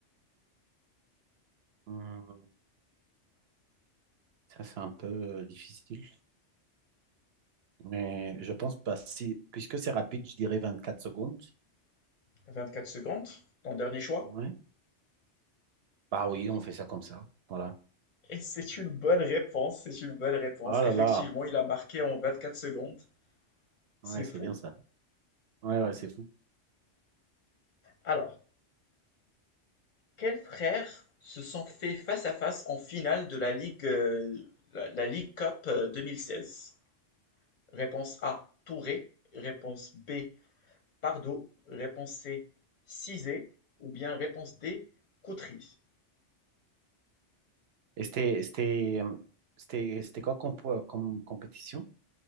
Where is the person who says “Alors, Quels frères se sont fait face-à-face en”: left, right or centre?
Left